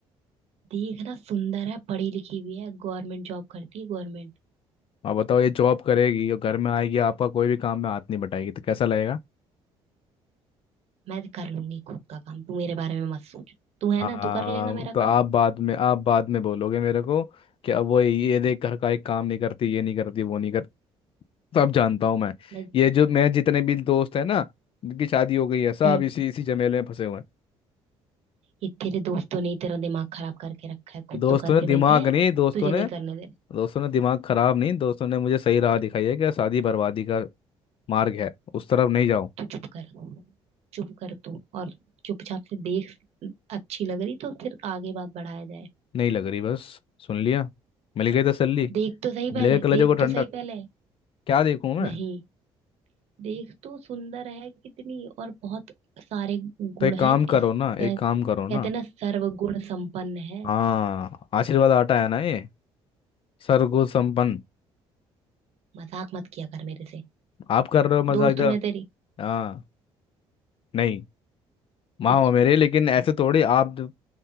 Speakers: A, on the right; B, on the left.
A: देखना सुंदर है पढ़ी लिखी भी है गवर्नमेंट जॉब करती है गवर्नमेंट
B: आप बताओ ये जॉब करेगी और घर में आएगी आपका कोई भी काम में हाथ नहीं बटाएगी तो कैसा लगेगा
A: मैं कर लूंगी खुद का काम तू मेरे बारे में मत सोच तू है
B: हाँ
A: ना तू कर लेना मेरा
B: तो आप
A: काम
B: बाद में आप बाद में बोलोगे मेरे को कि अब वो ये देख घर का एक काम नहीं करती ये नहीं करती वो नहीं करती तो अब जानता हूँ मैं
A: मैं
B: ये जो मैं जितने भी दोस्त है ना जिनकी शादी हो गई है सब
A: हम्म
B: इसी इसी झमेले में फंसे हुए हैं
A: ये तेरे दोस्तों ने ही तेरा दिमाग खराब करके रखा है खुद
B: दोस्तों
A: तो करके
B: ने दिमाग
A: बैठे हैं
B: नहीं दोस्तों
A: तुझे
B: ने
A: नहीं करने देने
B: दोस्तों ने दिमाग खराब नहीं दोस्तों ने मुझे सही राह दिखाई है कि शादी बर्बादी का मार्ग है उस तरफ नहीं जाओ
A: तू चुप कर चुप कर तू और चुपचाप से देख अच्छी लग रही तो फिर आगे बात बढ़ाया जाए
B: नहीं लग रही बस सुन लिया मिल गई तसल्ली
A: देख तो सही
B: मिल
A: पहले
B: गई कलेजों
A: देख
B: को
A: तो
B: ठंडक
A: सही पहले
B: क्या देखूं मैं
A: नहीं देख तो सुंदर है कितनी और बहुत सारे गुण
B: तो एक काम
A: है इसके
B: करो
A: कह,
B: ना एक काम
A: कहते
B: करो ना
A: ना सर्वगुण संपन्न है
B: हाँ आशीर्वाद आटा है ना ये सरगुण संपन्न
A: मजाक मत किया कर मेरे से
B: आप कर रहे हो मजाक
A: दोस्त
B: जा
A: हूं मैं तेरी
B: हाँ नहीं माँ
A: दिखा
B: हो मेरे लेकिन ऐसे
A: दिखा
B: थोड़ी आप द-